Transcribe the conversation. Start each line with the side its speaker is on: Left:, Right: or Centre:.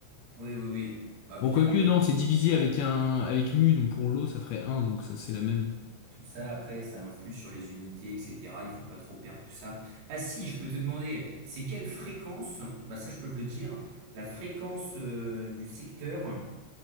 Right: Oui, oui, oui. Bah puis
Left: Bon, quoique,
Right: après,
Left: non, c'est divisé avec un, avec mu, donc pour l'eau, ça ferait un. donc ça, c'est la même.
Right: Tout ça, après, ça influe sur les unités, etc. Il faut pas trop perdre tout ça. Ah si, je peux te demander, c'est quelle fréquence, bah ça je peux te le dire, la fréquence euh, du secteur,